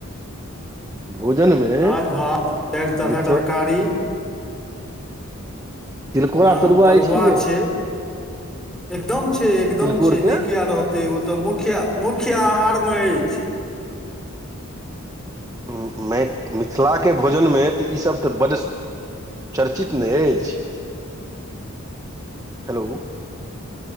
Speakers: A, on the right; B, in the centre.
A: भोजनमे
B: दालि भात चारि तरहक
A: मिथिला
B: तरकारी
A: तिलकोरा
B: हाँ तरुआ
A: अछि कि नहि
B: छै एकदम छै एकदम
A: तिलकोरके
B: छै नहि किया रहत तऽ ओ तऽ मुख्य मुख्य आहारमे अछि।
A: अ-मै- मिथिलाके भोजनमे तऽ इसभ तऽ बड्ड चर्चित नै अछि। हेलो